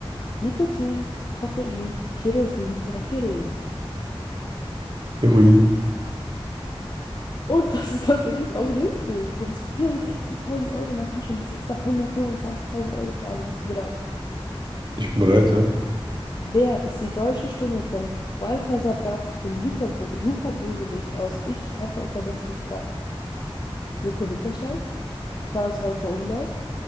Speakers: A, on the left (about 40°); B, on the right (about 50°).
A: Nikotin, Koffein, Kerosin oder Heroin?
B: Heroin.
A: Und das ist tatsächlich auch richtig. Du hast 64.000 Euro in der Tasche und bist jetzt bei 125.000 Euro Frage. Bist du bereit?
B: Ich bin bereit, ja.
A: Wer ist die deutsche Stimme von Balthasar Bratt, dem Super Superbösewicht aus Ich, einfach unverbesserlich 3? Joko Winterscheidt, Klaas Häufer-Umlauf,